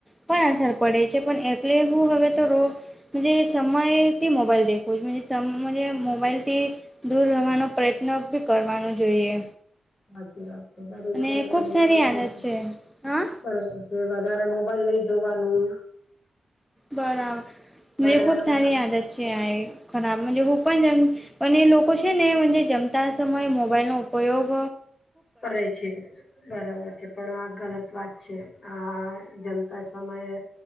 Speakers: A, in the centre; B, on the left.
A: પણ અસર પડે છે પણ એટલે હું હવે તો રો જ સમય હતી મોબાઈલ દેખું છ સમજ મોબાઈલ થી દૂર રહેવાનો પ્રયત્ન બી કરવાનો જોઈએ.
B: સાચી રાત છે દરેક
A: અને ખૂબ
B: મોબાઈલ
A: સારી
B: વધારે
A: આદત છે હા
B: બરોબર. એ વધારે મોબાઈલ લઈ જોવાનું.
A: બરાબર,
B: વધારે
A: ખુબ સારી
B: મોબાઈલ
A: આદત
B: જોવાથી
A: છે આ ખરાબજ હું પણ જેમ પણ એ લોકો છે ને જમતા સમયે મોબાઈલ નો ઉપયોગ
B: કરે છે. બરાબર છે પણ આ ગલત વાત છે આ જમતા સમયે